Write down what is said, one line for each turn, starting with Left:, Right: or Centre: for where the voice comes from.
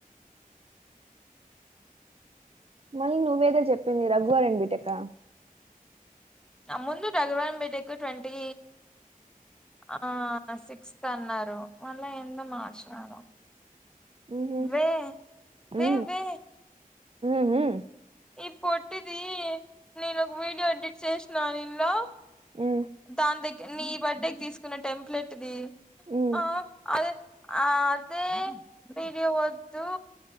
Right: మళ్ళీ నువ్వేదో చెప్పింది రఘువరన్ బిటెక్
Centre: ఆ ముందు రఘువరన్ బీటెక్ ట్వంటీ ఆ సిక్స్త్ అన్నారు మళ్ళా ఎందో మార్చినారు
Right: ఉహు
Centre: వెేేే వే
Right: ఉ
Centre: వే
Right: ఉహు
Centre: ఈ పొట్టిది నేను ఒక వీడియో ఎడిట్ చేసినా న ఇందులో
Right: ఉ
Centre: దాని దగ్గ నీ బర్డేకి తీసుకున్న టెంప్లెట్ ది
Right: ఉ
Centre: ఆ అదే ఆ అదే వీడియో వద్దు